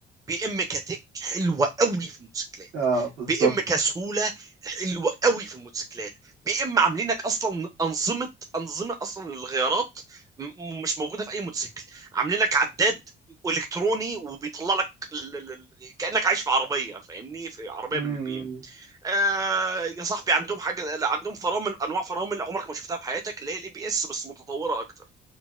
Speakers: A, on the right (about 15°); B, on the right (about 75°).
A: بي ام كتك حلوه قوي في الموتوسيكلات
B: آه، بالظبط
A: بي ام كسهوله حلوه قوي في الموتوسيكلات بي ام عاملينك اصلا انظمه انظمه اصلا للغيارات م- مش موجوده في اي موتوسيكل عاملين لك عداد الكتروني وبيطلع لك ال- ال- ال- كانك عايش في عربيه فاهمني في عربيه
B: مم،
A: من البي ام آه يا صاحبي عندهم حاجه عندهم فرامل انواع فرامل عمرك ما شفتها في حياتك اللي هي الاي بي اس بس متطوره اكتر